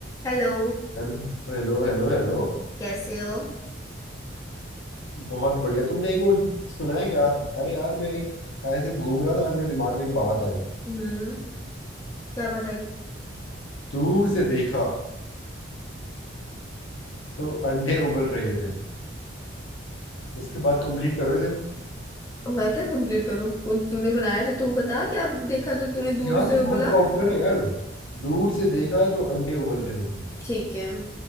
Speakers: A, on the left; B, on the left.
A: Hello
B: हेलो Hello hello hello
A: कैसे हो
B: बहुत बढ़िया तुमने एक वो सुना है क्या अरे यार मैं एक ऐसे घूम रहा था आज मेरे दिमाग में एक बात आई
A: हम्म क्या बताई
B: दूर से देखा तो अंडे उबल रहे थे उसके बाद कंप्लीट करो इसे
A: अब मैं क्या कंप्लीट करूं खुद तूने बनाया तो तुम बता क्या देखा तो तूने दूर
B: यार
A: से
B: ये बहुत
A: बोला
B: पॉपुलर है यार दूर से देखा तो अंडे उबल रहे थे
A: ठीक है